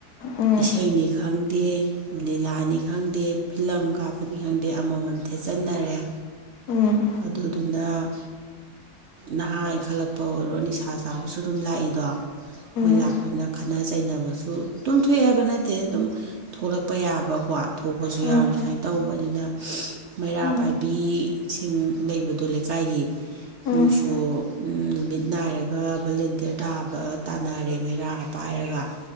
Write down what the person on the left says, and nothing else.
ꯎꯝ
ꯎꯝ
ꯎꯝ
ꯎꯝ
ꯎꯝ
ꯎꯝ